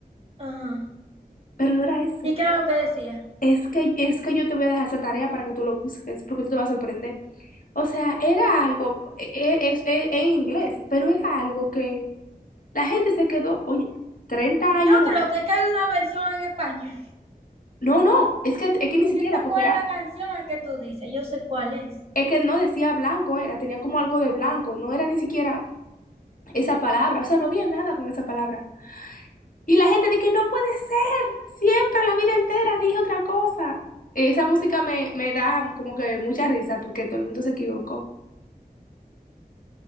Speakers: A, on the right; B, on the left.
A: ajá.
B: Pero no era eso.
A: ¿Y qué era lo que decía?
B: Es que, es que yo te voy a dejar esa tarea para que tú lo busques, porque tú te vas a sorprender. O sea, era algo, e- e- es e- e en inglés, pero era algo que la gente se quedó, oye, 30
A: Yo
B: años después.
A: creo que, que hay una versión en español,
B: No, no, es que, es que ni
A: porque
B: siquiera,
A: yo sé
B: porque
A: cuál
B: era,
A: es la canción que tú dices, yo sé cuál es.
B: Es que no decía blanco, era, tenía como algo de blanco, no era ni siquiera esa palabra, o sea, no había nada con esa palabra. Y la gente de que no puede ser, siempre la vida entera dije otra cosa. Esa música me, me da como que mucha risa porque todo el mundo se equivocó.